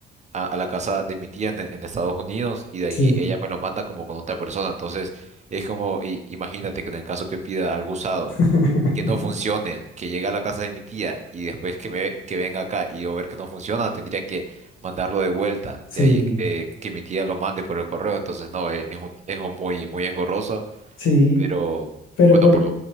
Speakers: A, on the right (about 35°); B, on the left (about 80°).
A: a, a la casa de mi tía en, en Estados Unidos y de ahí
B: sí,
A: ella me lo manda como con otra persona. Entonces, es como, i- imagínate que en el caso que pida algo usado,
B: <laughs>
A: que no funcione, que llegue a la casa de mi tía y después que, me, que venga acá y yo ver que no funciona, tendría que mandarlo de vuelta.
B: sí,
A: De ahí eh, que mi tía lo mande por el correo. Entonces, no, eh, es, un- es un muy, muy engorroso,
B: sí,
A: pero
B: pero
A: bueno,
B: por,
A: por